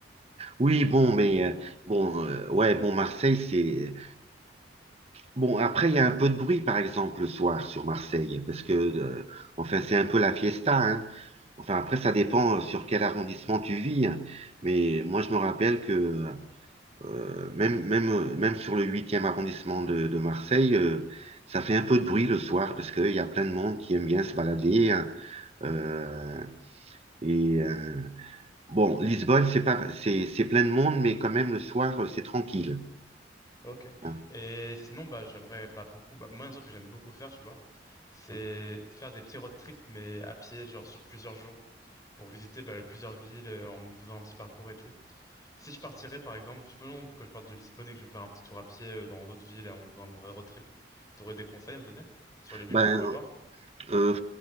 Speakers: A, on the right (about 35°); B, on the left (about 20°).
A: oui, bon, mais euh, bon, euh, ouais, bon, Marseille, c'est bon. Après, il y a un peu de bruit, par exemple, le soir sur Marseille, parce que euh, enfin, c'est un peu la fiesta, hein. Enfin, après, ça dépend euh, sur quel arrondissement tu vis. hein. Mais moi, je me rappelle que euh, même, même, euh, même sur le huitième arrondissement de, de Marseille, euh, ça fait un peu de bruit le soir parce qu'il y a plein de monde qui aime bien se balader. hein. Euh, et euh, bon, Lisbonne, c'est pas, c'est, c'est plein de monde, mais quand même, le soir, euh, c'est tranquille.
B: Ok.
A: hein.
B: Et sinon, bah, j'aimerais bah, beaucoup. Bah, moi, un truc que j'aime beaucoup faire, tu vois, c'est faire des petits road trips, mais à pied, genre sur plusieurs jours, pour visiter bah, plusieurs villes euh, en faisant un petit parcours et tout. Si je partirais, par exemple, je me demande pourquoi je parte de Lisbonne et que je vais faire un petit tour à pied euh, dans d'autres villes, un un vrai road trip, t'aurais des conseils à me donner sur les villes
A: Ben,
B: que je pourrais voir?
A: Euh,